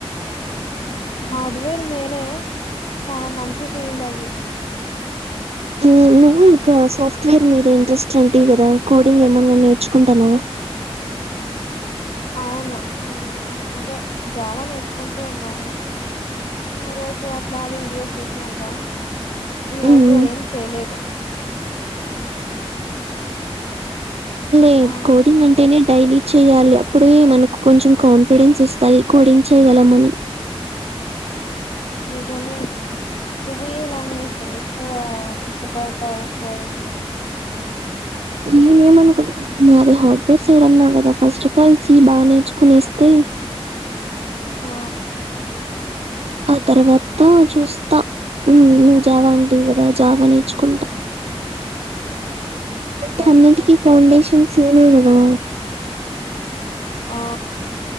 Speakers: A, on the left (about 65°); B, on the right (about 75°).
A: హార్డ్వేర్ మేలే, చాలా మంచి ఫీల్డ్ అది.
B: మ్మ్, ఇంకా సాఫ్ట్వేర్ మీద ఇంట్రెస్ట్ అంటివి కదా, కోడింగ్ ఏమన్నా నేర్చుకుంటన్నవా?
A: అవును అదే జావా నేర్చుకుంటూ ఉన్నాను. ఆ రోజు అట్లా వీడియోస్ చూస్తూ ఉంట, ఈ రోజు
B: మ్మ్,
A: ఏం చేయలేదు.
B: ఈ
A: ఆ
B: కోడింగ్ అంటేనే డైలీ చేయాలి అప్పుడే మనకు కొంచెం కాన్ఫిడెన్స్ వస్తది, కోడింగ్ చేయ ల మని
A: నిజమే నువ్వు ఏ లాంగ్వేజ్ ని ఎక్కువ ఇష్టపడతావు కోయింగ్ లో?
B: నేనేమనుకుంటున్నా నాది హార్డ్వేర్ సైడన్నా కదా ఫస్ట్ ఆఫ్ ఆల్ సి బాగా నేర్చుకునేస్తే
A: ఆ
B: ఆ తర్వాత
A: నిజమే
B: చూస్తా నువ్వు జావా అంటివి కదా జావా నేర్చుకుంటా. అంట
A: కరెక్టే
B: అన్నింటికీ
A: లే
B: ఫౌండేషన్ సీ నే కదా.
A: ఆ